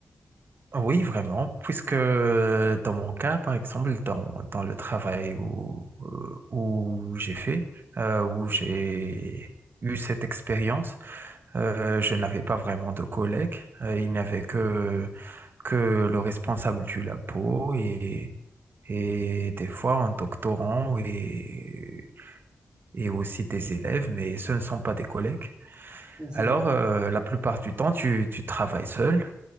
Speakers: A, on the right (about 50°); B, on the right (about 20°).
A: Oui, vraiment, puisque euh, dans mon cas, par exemple, dans, dans le travail où, euh, où j'ai fait, euh, où j'ai eu cette expérience, euh, je n'avais pas vraiment de collègues. Euh, il n'y avait que, que le responsable du labo et, et des fois un doctorant et, et aussi tes élèves, mais ce ne sont pas des collègues.
B: Oui, c'est
A: Alors,
B: ça.
A: euh, la plupart du temps, tu, tu travailles seul